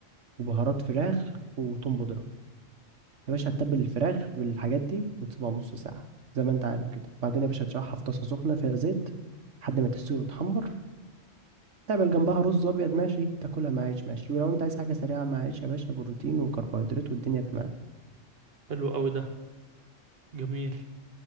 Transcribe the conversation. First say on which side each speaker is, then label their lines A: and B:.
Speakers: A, on the right; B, on the right.
A: وبهارات فراخ وتوم بودرة يا باشا هتتبل الفراخ بالحاجات دي وتسيبها نص ساعة زي ما انت عارف كده بعدين يا باشا هتشرحها في طاسة سخنة فيها زيت لحد ما تستوي وتحمر تعمل جنبها رز أبيض ماشي تاكلها مع عيش ماشي ولو انت عايز حاجة سريعة مع عيش يا باشا بروتين وكربوهيدرات والدنيا تمام
B: حلو قوي ده جميل